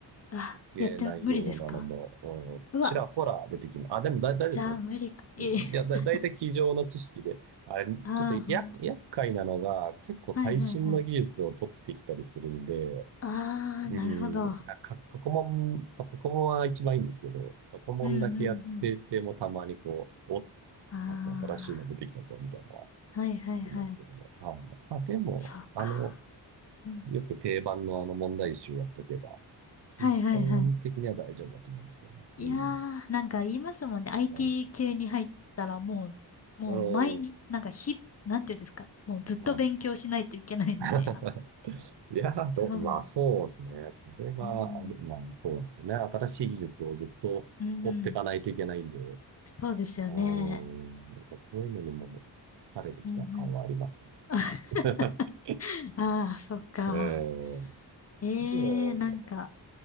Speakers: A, on the left (about 35°); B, on the right (about 70°).
A: あ、
B: 解けないようなのも、
A: やって、無理ですか
B: うん、
A: うわ、
B: ちらほら出てきます。あ、でもだ、大丈夫ですよ。
A: じゃあ無理か。いえいえ。
B: いや、だ、大体机上の知識で、あれ、
A: <laughs> ああ、
B: ちょっとや、
A: 本当です。
B: 厄介なのが、結構最新の技術を取ってきたりするんで、
A: はいはいはい。ああ、
B: うん。
A: なるほど。
B: あか、過去問、まあ、過去問は一番いいんですけど、過去問だけやっててもたまにこう、
A: うんうんう
B: お、
A: ん。あ
B: なんか新しいの出てきたぞ、みたいな、あ
A: あ、はいはいはい。
B: りますけどね。はい。まあ、でも、
A: そうか。
B: あの、
A: うん。
B: よく定番のあの問題集やっとけば、基本的には大丈夫だと思いますけどね。
A: はいはいはい。いやー、
B: うん。
A: なんか言いますもんね。IT
B: うん。
A: 系に入ったらもう、もう毎日、
B: うん
A: なんか日、なんていうんですか。もうずっと勉強しないといけないみたいな。
B: はい <laughs> いやー、ど、
A: そう。
B: まあそうですね。それは、
A: うん。
B: あのまあそうなんですよね。新しい技術をずっと追っていかないといけないんで、
A: うんうん。そうですよね。
B: うーん、なんかそういうのにも疲れてきた感はありますね。
A: うんうん。<laughs>
B: <laughs>
A: <laughs> ああ、そっか。
B: えー、
A: ええなんか、
B: でも、